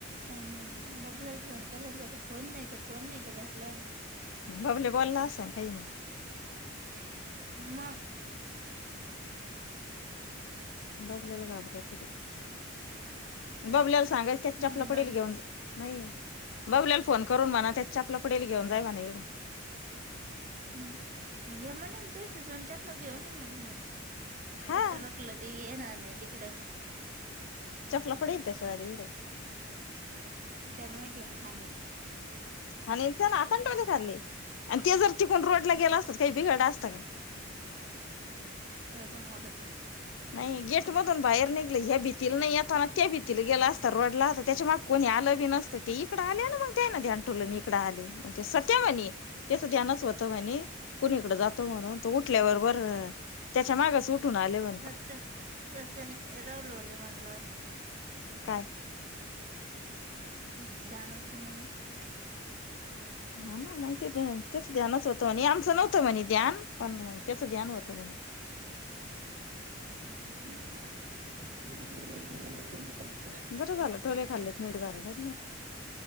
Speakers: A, on the right (about 40°); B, on the left (about 70°).
A: सांग म्हनि बबल्याला फोन केला त्याचा फोन नाही का टोन नाही का भेटला नाही.
B: बबल्या बोलला आसन काही मंग.
A: मग.
B: बबल्याला घाबरत ते बबल्याला सांगायच त्याच्या
A: हम्म
B: चपला
A: बब
B: पडेल घेऊन जा. नाही बबल्याला फोन करून म्हणा त्याच्या चपला पडेल घेऊन जाय म्हणा ईडून.
A: हम्, हे म्हणिन तेथ जवुन चपला घेऊन ये म्हणेना.
B: हा
A: तेटरकलं ते येणार नाही तिकडं.
B: चपला पडेल त्याच्या इड
A: त्याला महिती हानीन. <inaudible>
B: हानच ना हातन टोले खाल्ले आणि ते जर तिखुन रोड ला गेल असत काही बिघडल आसतं का.
A: जाऊ द्या मरू द्या.
B: नाही गेट मधून बाहेर निघले ह्या भीतीला नाही येताना त्या भिती... तिला गेलं असतं रडल असतं त्याच्या माग कोणी आलं बी नसतं ते इकड आले ना मग त्यायना ध्यान टुलन इकड आले. ते सत्या म्हणे त्याचं ध्यानाच.. तोत म्हनि कुणीकड जात म्हणून तो उटल्यावर बर त्याच्या मागच ऊढुन आले म्ह...
A: चच चत्याने रावलंवले म्हणला आ..
B: काय.
A: <inaudible>
B: हा ना मग ते तेच ध्यानच होतं म्हणे आमचं नव्हत. होत म्हणे ध्यान पण मग त्याचं ध्यान होत म्हणे
A: हम
B: बरं झालं टोले खाल्लेत निट झालं जे...